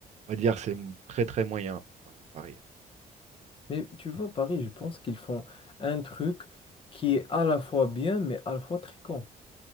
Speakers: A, on the right; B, on the left.
A: on va dire, c'est m- très très moyen quand même, Paris. hein.
B: mais tu vois, Paris, je pense qu'ils font un truc qui est à la fois bien, mais à la fois très con.